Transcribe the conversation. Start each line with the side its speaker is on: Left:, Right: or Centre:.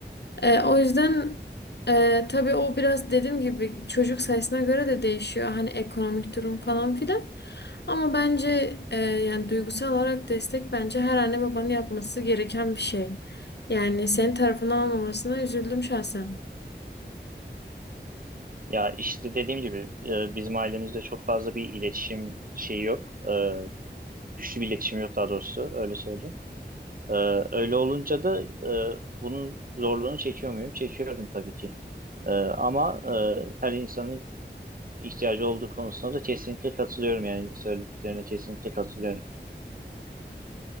Left: E, o yüzden e, tabii o biraz dediğim gibi çocuk sayısına göre de değişiyor. Hani ekonomik durum falan filan. Ama bence e, yani duygusal olarak destek bence her anne babanın yapması gereken bir şey. Yani senin tarafından almamasına üzüldüm şahsen.
Right: Ya işte dediğim gibi e, bizim ailemizde çok fazla bir iletişim şeyi yok. E, güçlü bir iletişim yok daha doğrusu öyle söyleyeyim. Ee, öyle olunca da e, bunun zorluğunu çekiyor muyum? Çekiyorum tabii ki. Ee, ama e, her insanın ihtiyacı olduğu konusunda da kesinlikle katılıyorum. Yani söylediklerine kesinlikle katılıyorum.